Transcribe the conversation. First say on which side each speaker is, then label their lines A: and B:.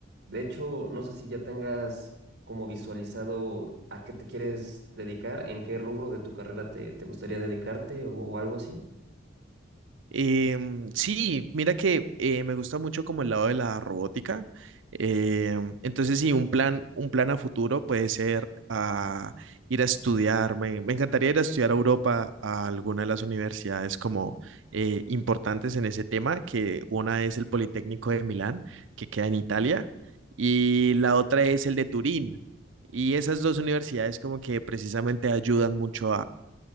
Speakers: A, on the right (about 60°); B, on the right (about 85°).
A: De hecho, no sé si ya tengas como visualizado a qué te quieres dedicar, en qué rubro de tu carrera te, te gustaría dedicarte o algo así.
B: Em, sí, mira que eh, me gusta mucho como el lado de la robótica. Em, entonces, sí, un plan, un plan a futuro puede ser ah, ir a estudiar. Me, me encantaría ir a estudiar a Europa a alguna de las universidades como eh, importantes en ese tema, que una es el Politécnico de Milán, que queda en Italia, y la otra es el de Turín. Y esas dos universidades como que precisamente ayudan mucho